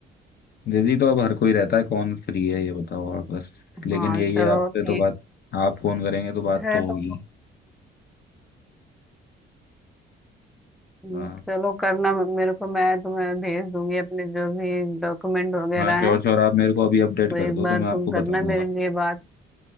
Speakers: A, on the left (about 55°); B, in the centre.
A: बिजी तो अब हर कोई रहता है कौन फ्री है ये बताओ आप बस लेकिन
B: हाँ
A: यही
B: चलो
A: है आपसे
B: ठीक
A: तो बात आप फोन करेंगे तो बात
B: है
A: तो
B: तो
A: होगी
B: हम्म,
A: हाँ
B: चलो करना मेरे को मैं तुम्हें भेज दूंगी अपने जो भी डॉक्यूमेंट वगैरह
A: हाँ श्योर
B: हैं
A: श्योर आप मेरे को अभी अपडेट
B: तो
A: कर
B: एक
A: दो
B: बार
A: तो मैं आपको
B: तुम करना
A: बताऊंगा
B: मेरे लिए बात